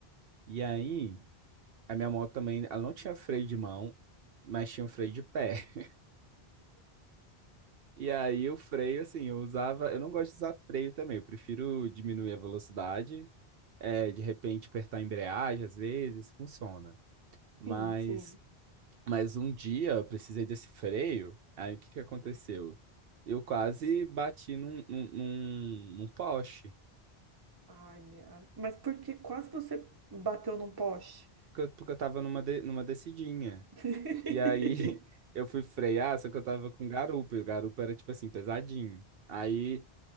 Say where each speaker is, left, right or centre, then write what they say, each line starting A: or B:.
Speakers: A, on the right (about 70°); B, on the right (about 25°).
A: E aí, a minha moto também, ela não tinha freio de mão, mas tinha um freio de pé. <laughs> E aí, o freio, assim, eu usava. Eu não gosto de usar freio também, eu prefiro diminuir a velocidade, é, de repente apertar a embreagem, às vezes, funciona. Mas,
B: Sim, sim.
A: mas um dia eu precisei desse freio, aí o que que aconteceu? Eu quase bati num, num, num, num poste,
B: Ai, minha... Mas por que quase você bateu num poste?
A: porque eu, porque eu tava numa, de- numa descidinha.
B: <laughs>
A: E aí <laughs> eu fui frear, só que eu tava com garupa, e o garupa era, tipo assim, pesadinho. Aí,